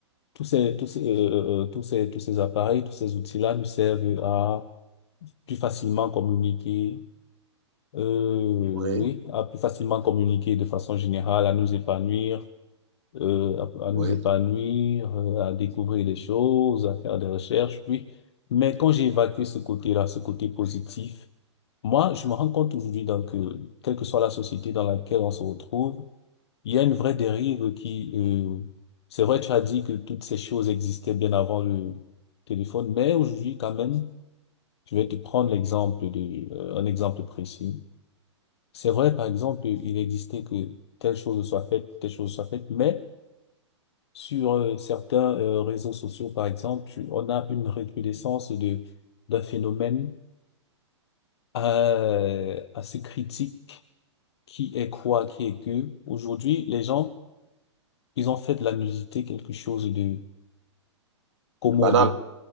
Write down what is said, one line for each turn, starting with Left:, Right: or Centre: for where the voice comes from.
Left: tous ces, tous ces, euh, euh, euh, tous ces, tous ces appareils, tous ces outils-là nous servent à plus facilement communiquer, euh,
Right: oui,
Left: oui, à plus facilement communiquer de façon générale, à nous épanouir, euh, à, à nous
Right: oui.
Left: épanouir, euh, à découvrir des choses, à faire des recherches, oui. Mais quand j'ai évacué ce côté-là, ce côté positif, moi, je me rends compte aujourd'hui, donc, que quelle que soit la société dans laquelle on se retrouve, il y a une vraie dérive qui, euh, c'est vrai, tu as dit que toutes ces choses existaient bien avant le téléphone, mais aujourd'hui, quand même, je vais te prendre l'exemple de, euh, un exemple précis. C'est vrai, par exemple, il existait que telle chose soit faite, telle chose soit faite, mais sur euh, certains euh, réseaux sociaux, par exemple, tu- on a une recrudescence de, d'un phénomène euh, assez critique qui est quoi, qui est que aujourd'hui, les gens, ils ont fait de la nudité quelque chose de commode.
Right: C'est Banal.